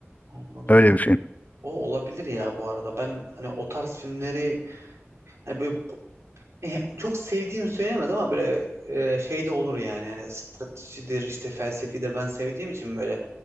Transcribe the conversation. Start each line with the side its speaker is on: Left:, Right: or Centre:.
Right: Anladım.
Left: Öyle bir film.
Right: O olabilir ya bu arada. Ben hani o tarz filmleri hani böyle eh, çok sevdiğim söylenemez ama böyle e, şey de olur yani. Yani stratejidir, işte felsefidir ben sevdiğim için böyle